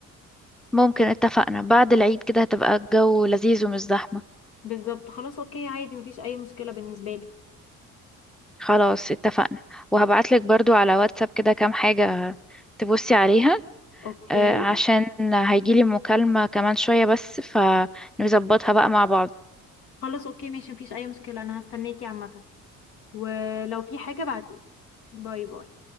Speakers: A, in the centre; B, on the left.
A: ممكن اتفقنا بعد العيد كده هتبقى الجو لذيذ ومش زحمة
B: بالظبط خلاص اوكي عادي مفيش اي مشكلة بالنسبة لي
A: خلاص اتفقنا وهبعتلك برضو على واتساب كده كام حاجة تبصي عليها
B: اوكي
A: آه، عشان هيجيلي مكالمة كمان شوية بس فنظبطها بقى مع بعض
B: خلاص اوكي ماشي مفيش اي مشكلة انا هستناكي عامة ولو في حاجة بعتيلي باي باي